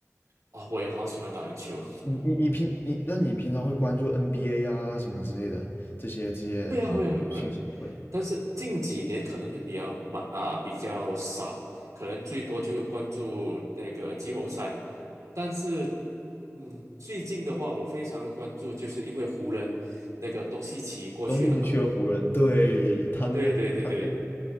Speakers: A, on the right; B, on the left.
A: 啊、我也好喜欢打篮球。
B: 你你你平你，那你平常会关注 NBA 啊什么之类的这些这些啊讯息？
A: 会啊，会啊，会啊会啊，
B: 会，
A: 但是近几年可能会比较慢啊，比较少，可能最多就关注那个季后赛。但是，嗯，最近的话，我非常的关注，就是因为湖人那个东契奇过去了嘛。
B: 东契奇去了湖人，对他那个他那个
A: 对对对对